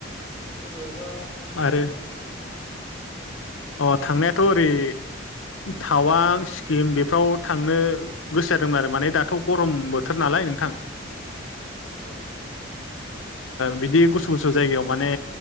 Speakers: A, on the right; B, on the left.
A: बबेयावबा थांनो प्लेनिं
B: आरो
A: खालामदों नोंथाङा
B: अ थांनायाथ' ओरै टावां सिक्किम बेफोराव थांनो गोसो जादोंमोन आरो माने दाथ' गरम बोथोर नालाय नोंथां
A: औ
B: बिदि गुसु गुसु जायगायाव माने